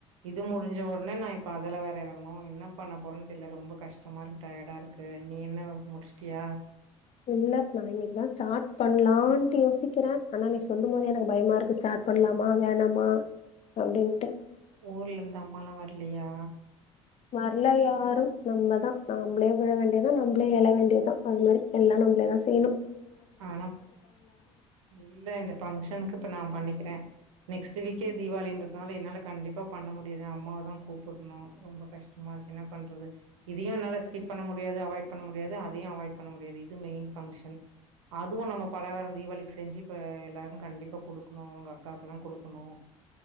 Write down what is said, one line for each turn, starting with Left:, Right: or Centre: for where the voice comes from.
Right: இது முடிஞ்ச ஒடனே நான் இப்ப அதல வேற இறங்கனும் என்ன பண்ண போறன்னு தெர்ல ரொம்ப கஷ்டமா இருக்கு டயடா இருக்கு நீ என்ன ப முடிச்ட்டியா
Left: இல்ல நா இன்னைக்குதா ஸ்டார்ட் பண்ணலான்ட்டு யோசிக்கிறேன் ஆனா நீ சொல்லும் போதே எனக்கு பயமா இருக்கு ஸ்டார் பண்ணலாமா வேணாமா அப்படின்ட்டு
Right: ஊர்ல இருந்து அம்மாலா வர்லையா
Left: வரல யாரும் நம்மதான் நம்மளே வில வேண்டியதான் நம்மளே எல வேண்டியதுதான் அது மாரி எல்லாம் நம்மளே தான் செய்யணும்
Right: ஆனாம் இல்ல இந்த பங்க்ஷனுக்கு இப்ப நான் பண்ணிக்கிறேன் நெக்ஸ்ட் வீக்கே தீபாளின்றதுனால என்னால கண்டிப்பா பண்ண முடியாது அம்மாவ தான் கூப்புடணும் ரொம்ப கஷ்டமா இருக்கு என்ன பண்றது இதையும் என்னால ஸ்கிப் பண்ண முடியாது அவாய்ட் பண்ண முடியாது அதையும் அவாய்ட் பண்ண முடியாது இது மெயின் ஃபங்க்ஷன் அதுவும் நம்ம பலகாரம் தீபாவளிக்கு செஞ்சு இப்ப எல்லாருக்கும் கண்டிப்பா கொடுக்குணும் உங்க அக்காவுக்கெல்லாம் கொடுக்குணும்